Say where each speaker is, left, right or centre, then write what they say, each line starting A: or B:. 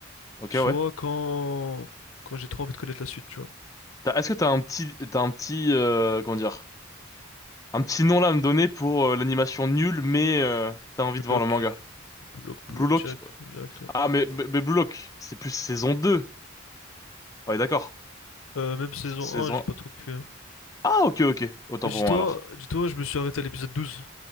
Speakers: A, on the left (about 15°); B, on the left (about 80°).
A: Ok,
B: Soit
A: ouais.
B: quand, quand j'ai trop envie de connaître la suite, tu vois.
A: T'as- Est-ce que t'as un petit, t'as un petit, euh, comment dire, un petit nom là à me donner pour euh, l'animation nulle, mais euh, t'as envie
B: Blue
A: de voir
B: Lock,
A: le manga?
B: Blue Lock, Blue
A: Blue
B: Lock,
A: Lock.
B: Jack, Jack, toi.
A: Ah, mais, mais, mais Blue Lock, c'est plus saison deux Ouais, d'accord.
B: Euh, même saison
A: S- Saison...
B: un j'ai pas trop kiffé. hein.
A: Ah, ok, ok. Autant
B: Mais Dis-toi,
A: pour moi, alors.
B: dis-toi, je me suis arrêté à l'épisode douze